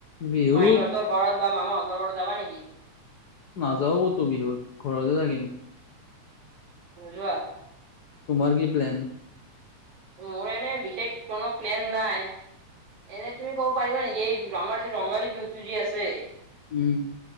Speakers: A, on the left; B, on the right.
A: বিহুত
B: মাহিহঁতৰ ঘৰত বা মামাাহঁতৰ ঘৰত যাবা নেকি?
A: নাযাও ক'তো বিহুত ঘৰতে থাকিম।
B: নোজোৱা?
A: তোমাৰ কি প্লেন?
B: মোৰ এনে বিশেষ কোনো প্লেন নাই। এনেই তুমি ক'ব পাৰিবা নেকি এই আমাৰ যিটো ৰঙালী বিহুটো চলি আছে
A: উম।